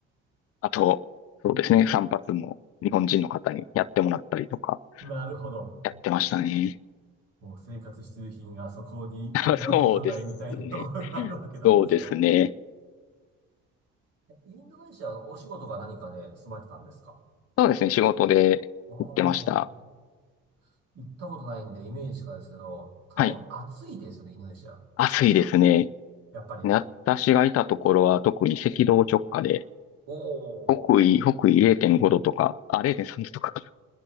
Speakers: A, on the left; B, on the right.
A: あと、そうですね、散髪も日本人の方にやってもらったりとか、
B: ーなるほど。
A: やってましたね。
B: もう生活必需品がそこに行かないとないみたいなところがあるわけなんですな。
A: <laughs> そうですね。そうですね。
B: えインドネシアはお仕事か何かで住まれてたんですか
A: そうですね、仕事で行ってました。
B: ああー行ったことないんで、イメージしかないですけど、多分暑いですよね、
A: はい。
B: インドネシア。
A: 暑いですね。
B: やっぱり。
A: で私がいたところは特に赤道直下で、
B: おー。
A: 北緯、北緯0.5度とか、あ、0.3度とかかな。